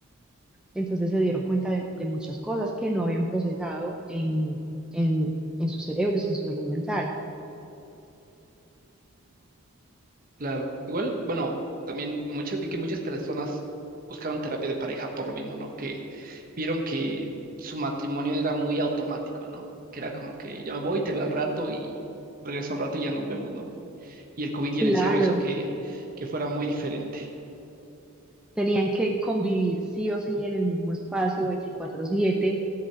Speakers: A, in the centre; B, on the right.
A: entonces se dieron cuenta de, de muchas cosas que no habían procesado en, en, en sus cerebros, en su salud mental.
B: claro. Igual, bueno, también muchas, vi que muchas personas buscaron terapia de pareja por lo mismo, ¿no? Que vieron que su matrimonio era muy automático, ¿no? Que era como que ya me voy, te veo al rato y regreso al rato y ya nos vemos, ¿no? Y el COVID y
A: Claro.
B: el encierro hizo que, que fuera muy diferente.
A: tenían que convivir sí o sí en el mismo espacio veinticuatro siete